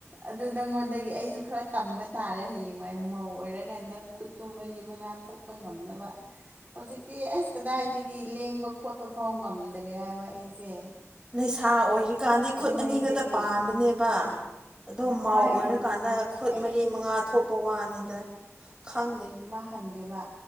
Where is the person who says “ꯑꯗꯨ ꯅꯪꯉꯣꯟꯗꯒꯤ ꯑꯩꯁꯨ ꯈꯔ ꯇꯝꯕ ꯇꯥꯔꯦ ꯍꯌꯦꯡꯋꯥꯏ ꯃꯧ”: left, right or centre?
Right